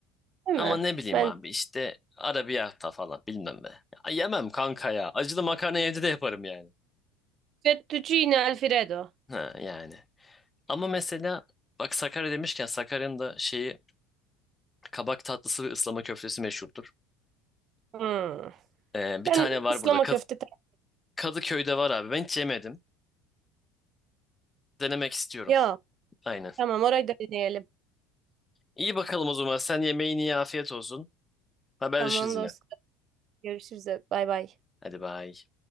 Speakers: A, on the right; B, on the left.
A: Değil
B: Ama
A: mi?
B: ne bileyim
A: Ben
B: abi işte arabiyata falan bilmem be. Ya, yemem kanka ya. Acılı makarna evde de yaparım yani.
A: fettuccine Alfredo.
B: Ha, yani. Ama mesela bak Sakarya demişken Sakarya'nın da şeyi kabak tatlısı ve ıslama köftesi meşhurdur.
A: Hmm.
B: Ee, bir
A: Ben
B: tane var
A: ıslama
B: burada. Kad-
A: köfte.
B: Kadıköy'de var abi. Ben hiç yemedim. Denemek istiyorum.
A: Ya
B: Aynen.
A: tamam orayı da deneyelim.
B: İyi bakalım o zaman. Sen yemeğini ye. Afiyet olsun. Haberleşiriz
A: Tamam
B: yine.
A: dostum. Görüşürüz. Bay bay.
B: Hadi bay.